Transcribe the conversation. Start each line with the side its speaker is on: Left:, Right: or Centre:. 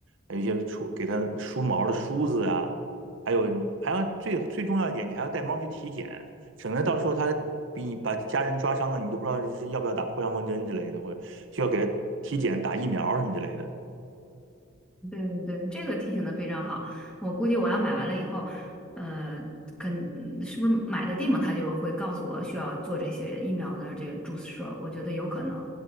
Right: 还有一些梳给它梳毛的梳子啊。还有你还要最最重要一点，你还要带猫去体检，省得到时候它比你把家人抓伤了，你都不知道是要不要打破伤风针之类的，或者需要给它体检打疫苗什么之类的。
Centre: 对对对，这个提醒的非常好。我估计我要买完了以后，呃，肯嗯是不是买的地方他就会告诉我需要做这些疫苗的这个注射，我觉得有可能。